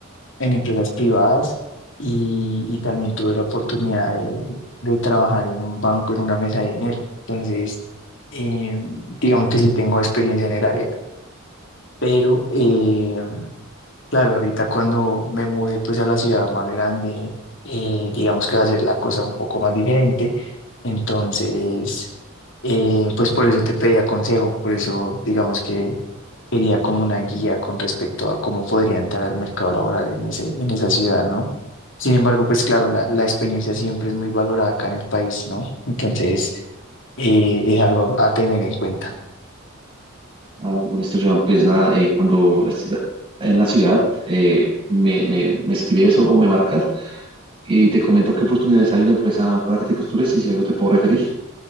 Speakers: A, on the left; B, on the right.
A: en empresas privadas y, y también tuve la oportunidad de, de trabajar en un banco en una mesa de dinero. Entonces, em, digamos que sí tengo experiencia en el área, pero em, Claro, ahorita cuando me mudé pues a la ciudad más grande, eh, digamos que va a ser la cosa un poco más diferente. Entonces, eh, pues por eso te pedía consejo, por eso digamos que quería como una guía con respecto a cómo podría entrar al mercado laboral en ese, en esa ciudad, ¿no? Sin embargo, pues claro, la, la experiencia siempre es muy valorada acá en el país, ¿no? Entonces, eh, es algo a tener en cuenta.
B: Ah, con esto, Joan, pues nada, eh, cuando estés en la ciudad, eh, me, me, me escribes o, o me marcas y te comento qué oportunidades hay en la empresa para que te postules y si algo te puedo referir.